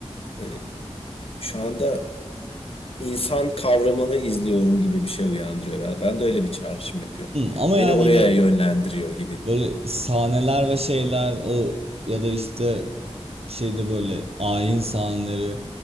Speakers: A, on the left; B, on the right.
A: e, şu anda insan kavramını izliyorum gibi bir şey uyandırıyor. Ben, ben de öyle bir çağrışım yapıyor.
B: Ama
A: Beni
B: yani
A: oraya
B: yine
A: yönlendiriyor gibi diyeyim.
B: Böyle sahneler ve şeyler o ya da işte şeyde böyle ayin sahneleri